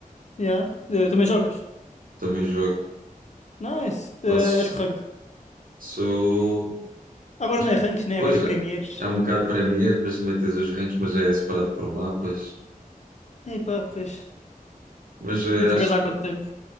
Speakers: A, on the left; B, on the right.
A: Yeah. Eh, também jogas?
B: Também jogo.
A: Nice.
B: Passo.
A: Eh, és que rank?
B: Sou.
A: Agora
B: Acho
A: não é ranks,
B: que.
A: né?
B: Pois
A: Agora é Premiers.
B: é, é um bocado Premier, depois também tens os ranks, mas é separado por mapas.
A: E pois.
B: Mas eh,
A: Mas jogas
B: acho.
A: há
B: que-
A: quanto tempo?